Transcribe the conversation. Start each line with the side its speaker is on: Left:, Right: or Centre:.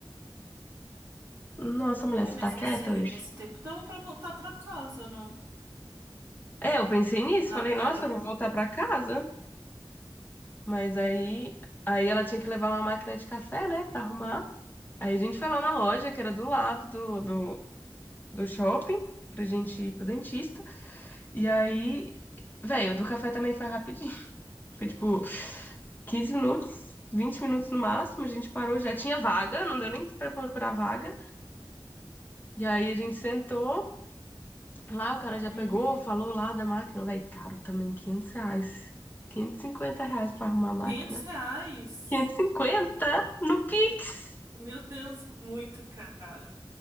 Left: Nossa, mulher,
Right: É,
Left: você
Right: mas
Left: tá quieta
Right: nesse,
Left: hoje?
Right: nesse tempo dava pra voltar pra casa, não?
Left: É, eu pensei
Right: N-
Left: nisso,
Right: na-
Left: falei, nossa,
Right: era muito.
Left: eu vou voltar pra casa. Mas aí, aí ela tinha que levar uma máquina de café, né, pra arrumar. Aí a gente foi lá na loja, que era do lado do, do, do shopping, pra gente ir pro dentista. E aí, velho, o do café também foi rapidinho. <laughs> Foi tipo 15 minutos, 20 minutos no máximo. A gente parou, já tinha vaga, não deu nem pra procurar vaga. E aí a gente sentou lá, o cara
Right: Uhum.
Left: já pegou, falou lá da máquina. Velho, caro também, 500 reais. quinhentos e cinquenta reais pra arrumar a máquina.
Right: 500 reais?
Left: quinhentos e cinquenta no Pix.
Right: Meu Deus, muito caro.